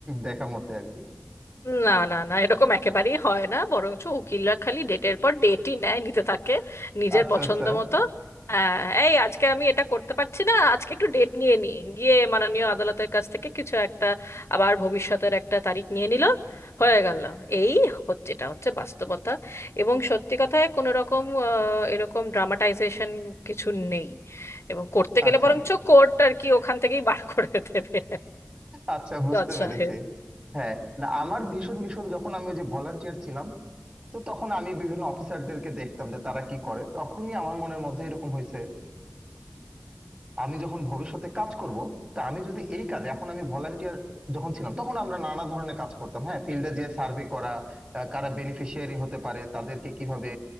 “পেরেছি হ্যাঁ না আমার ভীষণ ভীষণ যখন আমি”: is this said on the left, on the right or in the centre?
Right